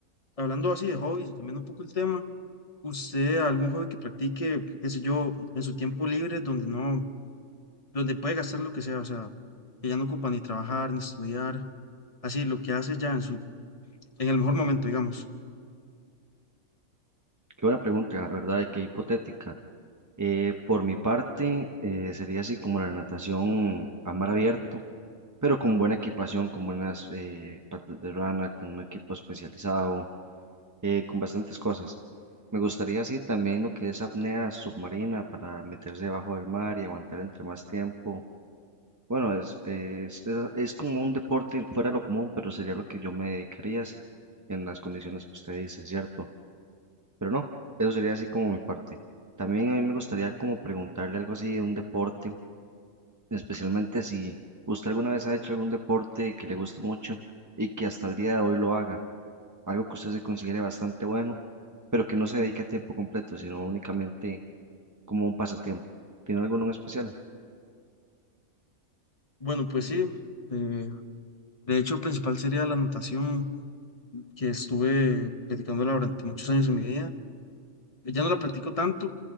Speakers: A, on the left (about 30°); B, on the right (about 20°).
A: hablando así de hobbies y cambiando un poco el tema, ¿usted algún hobby que practique, qué sé yo, en su tiempo libre, donde no, donde puede gastar lo que sea, o sea, que ya no ocupa ni trabajar, ni estudiar? así lo que hace ya en su, en el mejor momento, digamos.
B: Qué buena pregunta, la ¿verdad? y Qué hipotética. Eh, por mi parte, eh, sería así como la natación a mar abierto, pero con buena equipación, con buenas eh, patas de rana, con un equipo especializado, eh, con bastantes cosas. Me gustaría así también lo que es apnea submarina para meterse debajo del mar y aguantar entre más tiempo Bueno, es, es, es, es como un deporte fuera de lo común, pero sería lo que yo me dedicaría si- en las condiciones que usted dice, ¿cierto? Pero no, eso sería así como mi parte. También a mí me gustaría como preguntarle algo así de un deporte, especialmente si usted alguna vez ha hecho algún deporte que le guste mucho y que hasta el día de hoy lo haga, algo que usted se considere bastante bueno, pero que no se dedique a tiempo completo, sino únicamente como un pasatiempo. ¿Tiene alguno en especial?
A: Bueno, pues sí, eh, de hecho, el principal sería la natación que estuve practicándola durante muchos años en mi vida. Ya no la practico tanto,